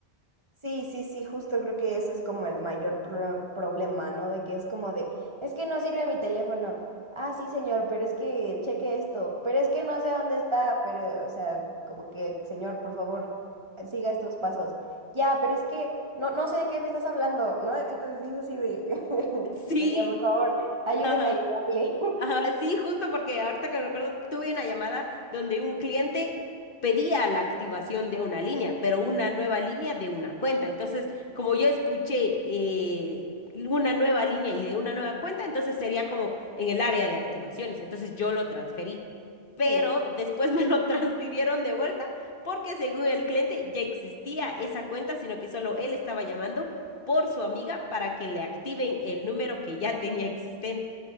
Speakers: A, on the right (about 25°); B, on the left (about 55°).
A: Sí, sí, sí, justo creo que ese es como el mayor pro- problema, ¿no? De que es como de, es que no sirve mi teléfono. Ah, sí, señor, pero es que cheque esto, pero es que no sé dónde está, pero, o sea, como que, señor, por favor, siga estos pasos. Ya, pero es que no, no sé de qué me estás hablando, ¿no? Entonces sí es así de, <laughs>
B: <laughs> Sí.
A: señor, por favor, ayúdeme
B: Ajá.
A: a ayudarle. <laughs>
B: Ajá, sí, justo porque ahorita que recuerdo, tuve una llamada donde un cliente pedía la activación de una línea, pero una nueva línea de una cuenta. Entonces, como yo escuché eh, una nueva línea y de una nueva cuenta, entonces sería como en el área de activaciones. Entonces yo lo transferí, pero
A: Sí,
B: después me lo <laughs> transfirieron de vuelta porque según el cliente ya existía esa cuenta, sino que solo él estaba llamando por su amiga para que le activen el número que ya tenía existente.